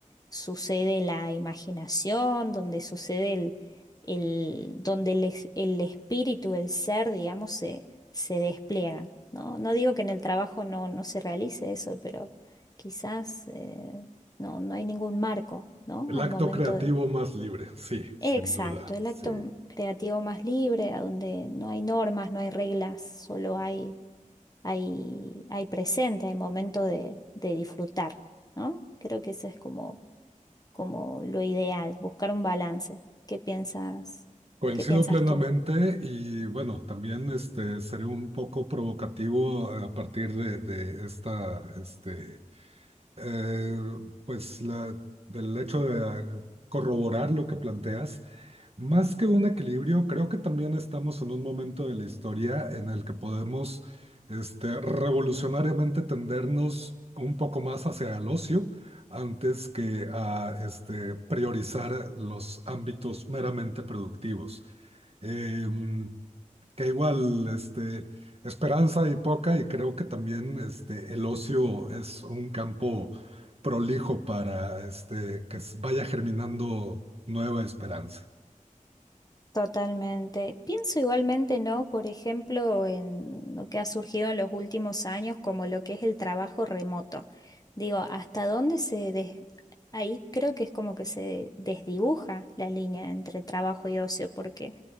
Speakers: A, on the left; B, on the right.
A: sucede la imaginación, donde sucede el, el- donde el, es- el espíritu, el ser, digamos, se, se despliegan, ¿no? No digo que en el trabajo no, no se realice eso, pero quizás eh, no, no hay ningún marco, ¿no?
B: El
A: Al
B: acto
A: momento
B: creativo
A: de...
B: más libre, sí, sin
A: Exacto,
B: duda,
A: el
B: sí.
A: acto creativo más libre, a donde no hay normas, no hay reglas, solo hay, hay, hay presente, hay momento de, de disfrutar, ¿no? Creo que eso es como como lo ideal, buscar un balance. ¿Qué piensas?
B: Coincido
A: ¿Qué piensas
B: plenamente
A: tú?
B: y bueno, también este, seré un poco provocativo a partir de, de esta este, eh, pues la, del hecho de ah, corroborar lo que planteas, más que un equilibrio, creo que también estamos en un momento de la historia en el que podemos este, revolucionariamente tendernos un poco más hacia el ocio antes que a este, priorizar los ámbitos meramente productivos. Em, que igual, este, esperanza hay poca y creo que también este, el ocio es un campo prolijo para este, que s- vaya germinando nueva esperanza.
A: Totalmente. Pienso igualmente, ¿no? Por ejemplo, en lo que ha surgido en los últimos años, como lo que es el trabajo remoto. Digo, ¿hasta dónde se des- Ahí creo que es como que se desdibuja la línea entre trabajo y ocio, porque,